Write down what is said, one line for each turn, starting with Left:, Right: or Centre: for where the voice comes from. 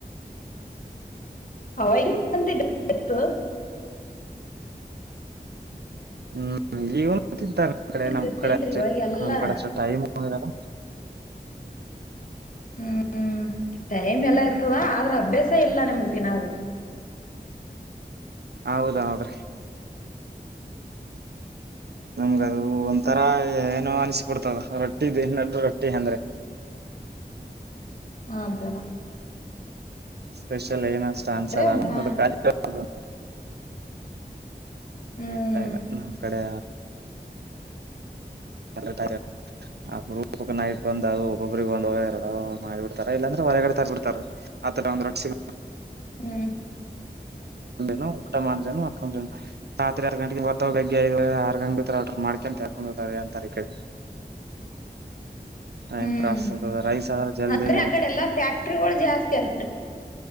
Left: <inaudible> ತ್ತು
Right: ಹ್ಮ್ ಹ್ಮ್ ಈಗುನ್ ತಿಂತಾರೆ ನಮ್ಮ್
Left: ಗಟ್ಟಿ
Right: ಕಡೆ
Left: ಇತ್ರಿ
Right: ನಮ್ಮ್ ಕಡೆ
Left: ಇವಾಗ
Right: ನಮ್
Left: ಎಲ್ಲಾ
Right: ನಮ್ಮ ಕಡೆ ಅಷ್ಟ ಟೈಮ್ ಇರಲ.
Left: ಹ್ಮ್ ಟೈಮ್ ಎಲ್ಲ ಇರ್ತದ ಆದ್ರ ಅಭ್ಯಾಸ ಇಲ್ಲ ನಿಮ್ಗ್ ತಿನದು.
Right: ಹೌದೌದ್ರಿ. ನಮ್ಗ ಅದು ಒ ತರ ಏನೋ ಅನಿಸಬಿಡ್ತದ ರೊಟ್ಟಿ <unintelligible> ರೊಟ್ಟಿ ಅಂದ್ರೆ.
Left: ಹ ಅಂತಲ್ಲ.
Right: ಸ್ಪೆಷಲ್ ಏನ ಅಷ್ಟ ಅನ್ಸಲ್ಲಲ್ಲ
Left: ಒಂಥರ
Right: ಅದಕ <unintelligible>
Left: ಹ್ಮ್
Right: ಇಲ್ಲ ಇಲ್ಲ ನಮ್ಮ್ ಕಡೆ. <unintelligible> ಅಪರೂಪಕ ನೈಟ್ ಬಂದ ಅದು ಒಬ್ಬೊಬ್ರಗ್ ಒಂದ ಎರಡು ಮಾಡಿಬಿಡ್ತಾರ ಇಲ್ಲಾಂದ್ರೆ ಹೊರಗಡೆ ತಗ್ಬಿಡ್ತಾರ ಆತರ ಒಂದ್ ರೊಟ್ಟಿ.
Left: ಹ್ಮ್
Right: ನು ಊಟ ಮಾಡೇನು ಅಕ್ಕನು ರಾತ್ರಿ ಆರ್ ಗಂಟಗ್ ಬರ್ತಾವ ಬೆಗ್ಗೆ ಐದ ಆರ್ ಗಂ ಬಿ್ರ ಆ ಮಾಡ್ಕೊಂತ ಹಾಕೊಂಡ್ ಹೋಗತ ಅಂತ ಈ ಕಡೆ ಟೈಮ್
Left: ಹ್ಮ್
Right: ಪ್ರಾಸ್ಂತ ರೈಸ್ ಆದ್ರ ಜಲ್ದಿಾ
Left: ಅಂದ್ರೆ ಆ ಕಡೆ ಎಲ್ಲಾ ಫ್ಯಾಕ್ಟ್ರಿಗಳು ಜಾಸ್ತಿ ಅಲ್